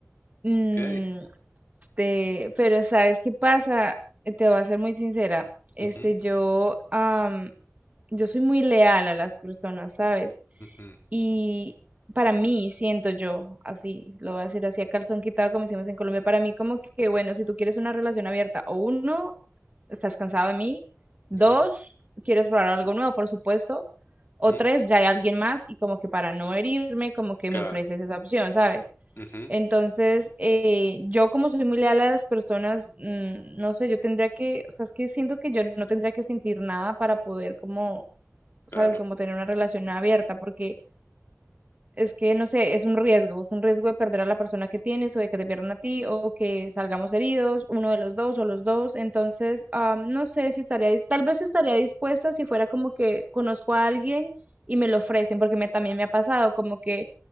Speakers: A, on the right; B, on the left.
A: Mm,
B: ok.
A: este, pero ¿sabes qué pasa? Te voy a ser muy sincera. Este,
B: Ujú,
A: yo, am, yo soy muy leal a las personas, ¿sabes?
B: ujú,
A: Y para mí, siento yo, así, lo voy a decir así a calzón quitado, como decimos en Colombia, para mí como que, bueno, si tú quieres una relación abierta, o uno, estás cansado de mí, dos,
B: ujú,
A: quieres probar algo nuevo, por supuesto, o
B: ujú.
A: tres, ya hay alguien más y como que para no herirme, como que
B: Claro,
A: me ofreces esa opción, ¿sabes?
B: ujú,
A: Entonces, eh, yo como soy muy leal a las personas, mm, no sé, yo tendría que, o sea, es que siento que yo no tendría que sentir nada para poder como,
B: claro,
A: sabes, como tener una relación abierta, porque es que, no sé, es un riesgo, es un riesgo de perder a la persona que tienes o de que te pierdan a ti o que salgamos heridos, uno de los dos o los dos. Entonces, ah, no sé si estaría, dis- tal vez estaría dispuesta si fuera como que conozco a alguien y me lo ofrecen, porque me, también me ha pasado como que